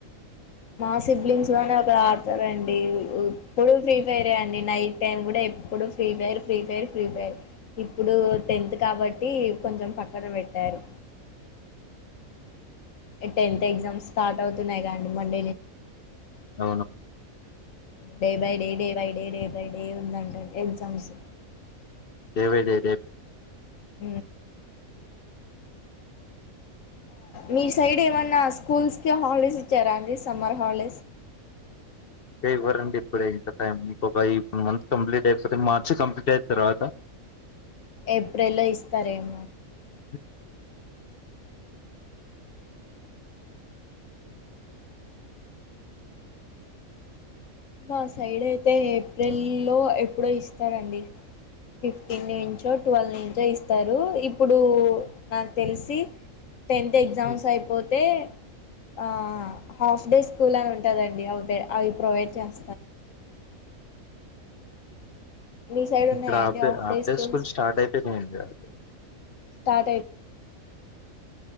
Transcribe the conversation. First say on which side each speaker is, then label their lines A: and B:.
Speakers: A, on the left (about 65°); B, on the left (about 50°).
A: మా సిబ్లింగ్స్ లోనే ఒకరు ఆడతారండి ఎప్పుడు ఫ్రీ ఫైర్ అండి నైట్ టైం కూడా ఎప్పుడు Free Fire Free Fire Free Fire ఇప్పుడు టెన్త్ కాబ ట్టి కొంచెం పక్కన పెట్టారు
B: హ్
A: టెన్త్ ఎగ్జామ్స్ స్టార్ట్ అవుతున్నాయిగా అండి మండే నుంచి
B: అవునవును
A: day by day day by day day by day ఉందంటండి exams
B: day by day day by day
A: uh
B: <inaudible>
A: me side ఏమన్నా స్కూల్స్కి హాలిడేస్ ఇచ్చారా అండి సమ్మర్ హాలిడేస్
B: ఎ ఇవ్వరండి ఇప్పుడింత టైం ఇం ఒక యి ఇప్పుడు ఈ మంత్ కంప్లీట్ అయిపోతే మార్చి కంప్లీట్ అయిన తర్వాత
A: ఏప్రిల్ల్లో ఇస్తారేమో
B: ఉ
A: మా సైడ్ అయితే ఏప్రిల్లో ఎప్పుడో ఇస్తారండి ఫిఫ్టీన్ నుంచో ట్వల్వ్ నుంచో ఇస్తారు ఇప్పుడు నాకు తెలిసి టెన్త్ ఎగ్జామ్స్
B: ఉమ్,
A: అయిపో తే ఆ హాఫ్ డే స్కూల్ అని ఉంటుందండి అవి అవి ప్రొవైడ్ చేస్త స్తారేమో
B: అ <unintelligible>
A: మీ సైడ్
B: ఇక్కడ
A: ఉన్నాయండి
B: half day
A: half
B: half day
A: day schools
B: school start అయిపోనాయండి అం
A: స్టార్ట్ అయిపోయా
B: ఉ